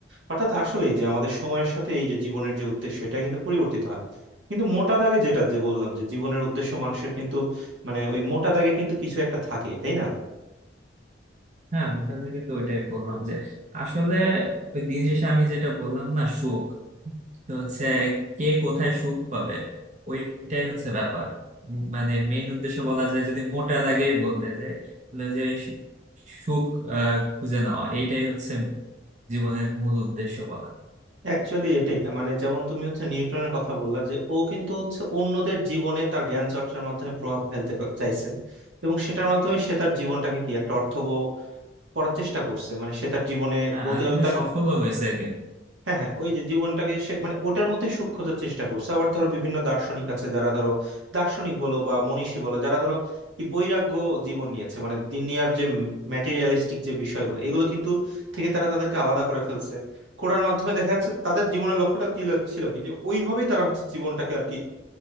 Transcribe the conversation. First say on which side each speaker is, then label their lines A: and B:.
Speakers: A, on the right; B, on the right.
A: অর্থাৎ আসলেই যে আমাদের সময়ের সাথে এই যে জীবনের যে উদ্দেশ্য এটা কিন্তু পরিবর্তিত হয় কিন্তু মোটা দাগে যেটা যে বললাম যে জীবনের উদ্দেশ্য মানুষের কিন্তু মানে ওই মোটা দাগে কিন্তু কিছু একটা থাকেই তাই না
B: হ্যাঁ আমি তো আপনাকে তো ওইটাই বললাম যে আসলে ওই দিন শেষে আমি যেটা বললাম না সুখ তো হচ্ছে কে কোথায় সুখ পাবে ওইটাই হচ্ছে ব্যাপার উম, মানে মেইন উদ্দেশ্য বলা যায় যদি মোটা দাগেই বলতে যাই তাহলে যে ওই সু- সুখ আহ, খুঁজে নেওয়া এইটাই হচ্ছে জীবনের মূল উদ্দেশ্য বলা যায়।
A: অ্যাকচুয়ালি এটাই মানে যেমন তুমি হচ্ছে নিউটনের কথা বললা যে ও কিন্তু হচ্ছে অন্যদের জীবনে তার জ্ঞান চর্চার মাধ্যমে প্রভাব ফেলতে পা- চাইছে এবং সেটার মাধ্যমে সে তার জীবনটাকে কি একটা অর্থবহ করার চেষ্টা করছে মানে সে তার জীবনে
B: হ্যাঁ
A: বলতে
B: আর
A: গেলে
B: কিন্তু
A: তার
B: সফলও হয়েছে কিন্তু
A: হ্যাঁ হ্যাঁ ওই যে জীবনটাকে সে মানে ওটার মধ্যে সুখ খোঁজার চেষ্টা করছে আবার ধরো বিভিন্ন দার্শনিক আছে যারা ধরো দার্শনিক বলো বা মনীষী বলো যারা ধরো কি বৈরাগ্য জীবন নিয়েছে মানে দুনিয়ার যে ম্যাটেরিয়ালিস্টিক যে বিষয়গুলো এগুলো কিন্তু থেকে তারা তাদেরকে আলাদা করে ফেলছে করার মাধ্যমে দেখা যাচ্ছে তাদের জীবনের লক্ষ্যটা কি ল- ছিল কি যে ওইভাবেই তারা হচ্ছে জীবনটাকে আর কি